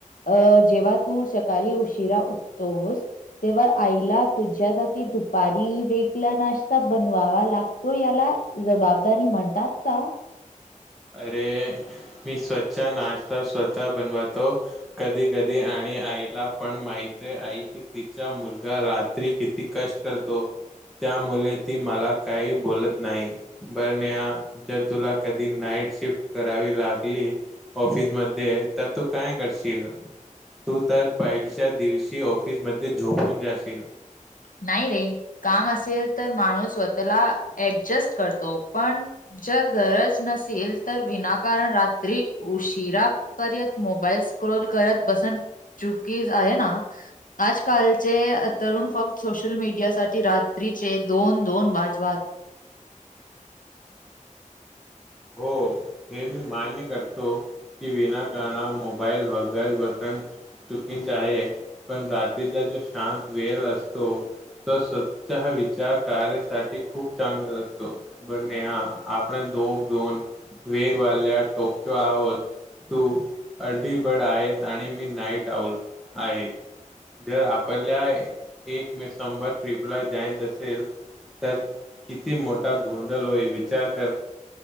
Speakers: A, on the left; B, in the centre.
A: अ जेव्हा तू सकाली उशिरा उठतोस तेव्हा आईला तुझ्यासाठी दुपारी वेगला नाश्ता बनवावा लागतो याला जबाबदारी म्हणतात का?
B: अरे मी स्वचा नाश्ता स्वतः बनवतो. कधी कधी आणि आई ला पण माहित हे आई की तिचा मुलगा रात्री किती क टेस्ट करतो त्यामुले ती मला काही बोलत. नाही बर नेहा जर तुला कधी नाईट शिफ्ट करावी लागली ऑफिस मध्ये तर तू काय करशील? तू तर पहिलच्या दिवशी ऑफिसमध्ये झोपून जाशील.
A: नाही रे काम असेल तर माणूस स्वतःला ऍडजस्ट करतो पण जर गरज नसेल तर विनाकारण रात्री उशिरा पर्यंत मोबाईल्स क्रोल करत बसन चुकी आहे ना आजकालचे तरुण फक्त सोशल मीडियासाठी रात्रीचे दोन दोन वाजवात.
B: <inaudible> हो हे मी मान्य करतो की विनाकारणा मोबाईल वगैर बटन चुकींच आहे पण रात्रीचा जो शांत वेल असतो. तो स्वचहा विचार कार्यसाठी खूप चांगला असतो पण नेहा आपण दोग दोन वेगवाल्या टोक्यो आहोत. तू अर्ली बर्ड आहेस आणि मी नाईट आउल आहे. जर आपल्या एक मेक संबत ट्रिपला जायच असेल तर किती मोठा गोंधल होईल विचार कर.